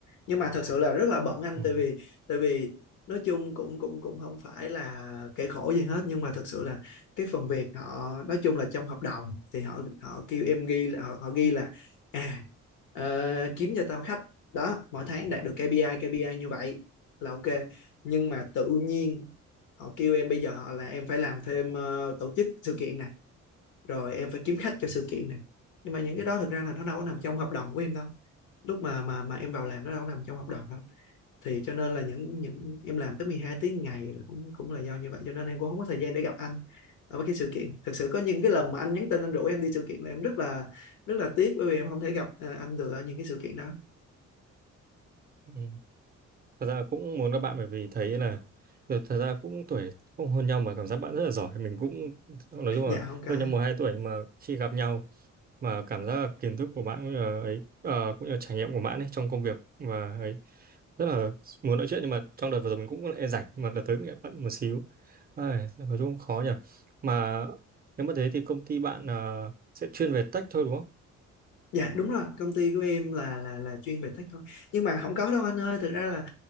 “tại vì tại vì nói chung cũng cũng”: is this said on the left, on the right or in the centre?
Left